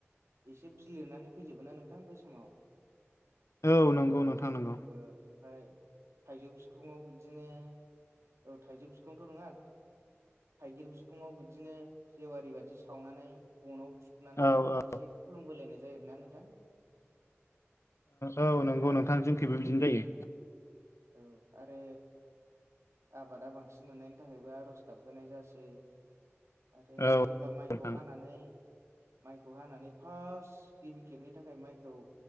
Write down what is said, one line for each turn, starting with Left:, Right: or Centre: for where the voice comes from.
Right: एसे बिलिरनानै फैजोबो ना नोंथां बै समाव
Left: औ नोंगौ नोंथां नोंगौ।
Right: ओ ओमफाय थाइजौ बिखुंआव बिदिनो औ थाइजौ बिखंथ' नङा थाइगिर बिखंआव बिदिनो जेवारि बादि सावनानै गनाव थुनानै
Left: औ औ
Right: एसे खुलुमबोलायनाय जायो आरोना नोंथां।
Left: ओ औ नोंगौ नोंथां जोंखिबो बिदिनो जायो।
Right: औ आरो आबादा बांसिन मोननायनि थाखायबो आर'ज गाबबोनाय जासै आरो
Left: औ
Right: जेब्ला माइखौ
Left: नोंथां
Right: हानानै माइखौ हानानै फास्थ गिबि खेबनि थाखाय माइखौ